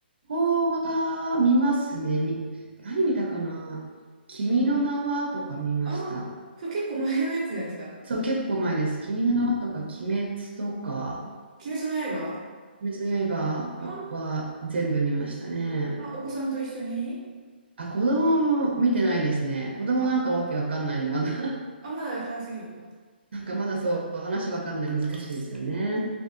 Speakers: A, on the right; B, on the right.
A: 邦画見ますね。み、何見たかな君の名はとか見ました。
B: ああ、そう、結構前のやつじゃないですか。
A: そう、結構前です。君の名はとか、鬼滅とか、
B: 鬼滅の刃
A: 鬼滅の刃は、
B: あ
A: は全部見ましたね。
B: あ、あ、お子さんと一緒に
A: あ、子供も見てないですね。子供なんかわけわかんないの、
B: あ、
A: まだ <laughs>
B: あ、まだ早すぎるか。
A: なんかまだそう、話わかんない、難しいですよね。
B: うー